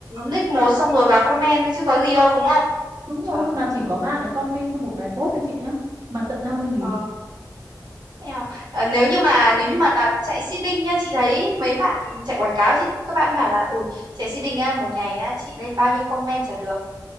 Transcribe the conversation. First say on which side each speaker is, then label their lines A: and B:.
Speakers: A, on the right; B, on the right.
A: nick một xong rồi vào comment thôi chứ có gì đâu đúng không
B: đúng rồi
A: Trời.
B: mà chỉ có ba cái comment cho một bài post thôi chị nhá mà tận năm mươi nghìn
A: Ờ, Nào, ờ, nếu như mà nếu như mà là chạy seeding nhá chị thấy mấy bạn chạy quảng cáo chị các bạn bảo là ui chạy seeding á, một ngày á, chị lên bao nhiêu comment chả được